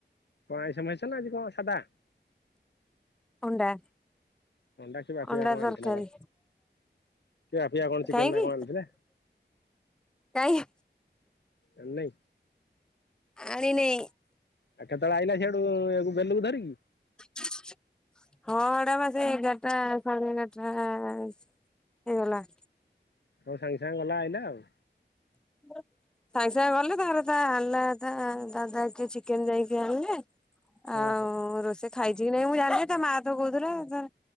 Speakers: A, on the left; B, in the centre.
A: କଣ? ଆଇଁଷ ମାଇନଷ ନା ଆଜି କଣ ସ ସାଦା?
B: ଅଣ୍ଡା।
A: ଅଣ୍ଡା କି ବାପିଆ
B: ଅଣ୍ଡା
A: କଣ
B: ତରକାରୀ
A: ଆଣିଥିଲା କଣ, କି ବାପିଆ କଣ ଚିକେନ
B: କାହିଁକି
A: ନା କଣ ଆଣିଥିଲେ।
B: କାଇଁ।
A: ଆଣି ନାଇଁ।
B: ଆଣିନେଇ
A: ହ, କେତେବେଳେ ଆଇିଲ ସେଆଡୁ ଗେଲଉକୁ ଧରିକି କି?
B: <inaudible> ହଁ ଏଡା ବା ସେ ଏଗାରଟା ଆ ସାଢେ ଏଗାରଟା ଆ ହେଇଗଲା।
A: ହଁ! ସାଙ୍ଗେ ସାଙ୍ଗେ ଗଲା ଆଇଲା ଆଉ।
B: ସା୍ଙ୍ଗେ ସା୍ଙ୍ଗ ଗଲେ ତାର ତା ଆ ଆଣା ତା ଦାଦା କିଏ ଚିକେନ ଯାଇକି ଆଣିଲେ। ଆଉ
A: ଓହୋ
B: ରୋଷେଇ ଖାଇଛି କି ନାଇଁ ମୁଁ ଜାଣିନି ତା ମା ତ କହୁଥିଲଥିଲା ତାର